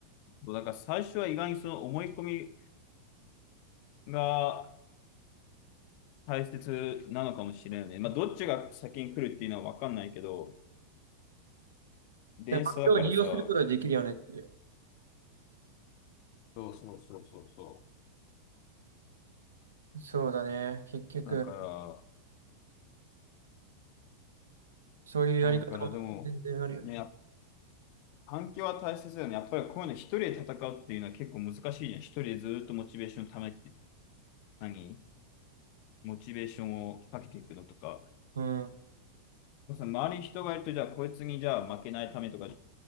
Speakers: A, on the left; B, on the right.
A: そうだから最初は意外にその思い込みが大切なのかもしれないね。まあ、どっちが先に来るっていうのはわかんないけど、電車だからさ、
B: で、環境を利用することができるよねっていう。
A: そうそうそうそうそ
B: そうだね、結局、
A: う。だか
B: そういうやり方も全然あるよね。
A: ら、だからでも、ね、環境は大切だよね。やっぱりこういうの一人で戦うっていうのは結構難しいじゃん。一人でずーっとモチベーションためて、何モチベーションをかけていくのとか。
B: うん、
A: その周りに人がいると、じゃあこいつにじゃあ負けないためとか、じ